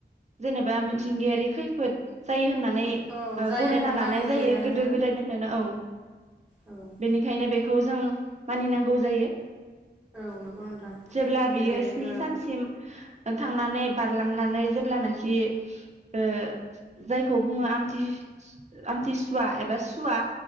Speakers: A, on the right; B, in the centre.
A: जेनेबा मिथिंगायारि खैफोद जायो होनना
B: औ
A: <unintelligible> ओ
B: जायो
A: गनायना
B: होनना
A: लानाय
B: मानिनाय
A: जायो
B: आरोना नोंथां
A: गोदो गोदायनिफ्रायनो औ
B: औ
A: बेनिखायनो बे खौ जों मानिनांगौ जायो।
B: औ नंगौ नोंथां
A: जेब्ला
B: जेरै
A: बियो स्नि
B: ओ
A: सानसिम थांनानै बारलांनानै जेब्लानाखि ओ जायखौ बुङो आमथि आमथिसुवा एबा सुवा।